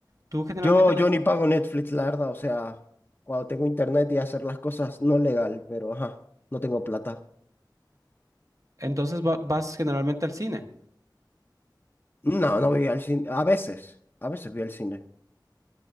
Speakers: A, on the right; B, on the left.
A: Tú generalmente
B: Yo,
A: la-
B: yo ni pago Netflix, la verdad, o sea, cuando tengo internet y hacer las cosas no legal, pero ajá, no tengo plata.
A: entonces va- vas generalmente al cine.
B: No, no voy al cine, a veces, a veces voy al cine.